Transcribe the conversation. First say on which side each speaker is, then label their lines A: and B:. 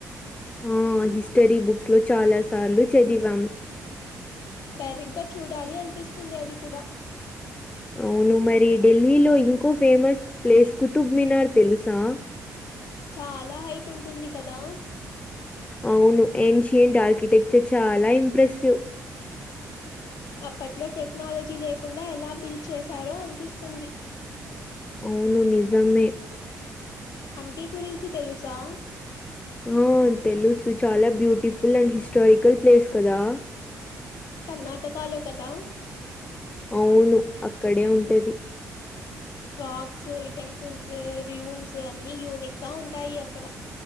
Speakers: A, on the left (about 20°); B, on the left (about 75°).
A: ఆ హిస్టరీ బుక్స్ లో చాలా సార్లు చదివాము
B: డైరెక్ట్ గా చూడాలి అనిపిస్తుంది అది కూడా
A: అవును మరి ఢెల్హీలో ఇంకో ఫేమస్ ప్లేస్ కుతుబ్మినార్ తెలుసా
B: చాలా హైట్ ఉంటుంది కదా
A: అవును ఏన్షియంట్ ఆర్కిటెక్చర్ చాలా ఇంప్రెసివ్
B: అప్పట్లో టెక్నాలజీ లేకుండా ఎలా బిల్డ్ చేశారో అనిపిస్తుంది
A: అవును నిజమే
B: హంపీ గురించి తెలుసా
A: ఆ తెలుసు చాలా బ్యూటిఫుల్ అండ్ హిస్టారికల్ ప్లేస్ కదా
B: కర్ణాటకాలో కదా
A: అవును అక్కడే ఉంటది
B: రాక్స్ టెంపుల్స్ ర్యూన్స్ అన్ని యూనిక్ గా ఉంటాయి అక్కడ